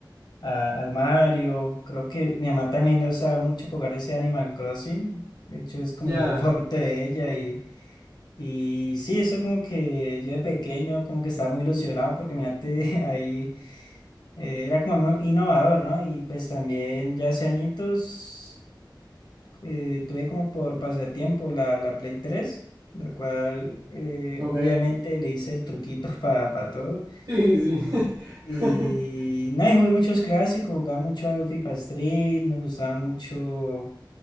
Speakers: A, on the left; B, on the right.
A: a- al Mario. Creo que mi mamá también la usaba mucho para jugar ese Animal Crossing. De hecho, es como
B: Ya,
A: el juego <laughs> favorito de ella Y sí, eso como que yo de pequeño como que estaba muy ilusionado porque mirate <laughs> ahí eh, era como muy innovador, ¿no? Y pues también ya hace añitos eh, tuve como por pasatiempo la, la Play tres la cual eh,
B: Ok.
A: obviamente le hice el truquito <laughs> para todo.
B: Sí, sí.
A: Y
B: <laughs>
A: nada, y jugué muchos clásicos, jugaba mucho al FIFA Street, me gustaba mucho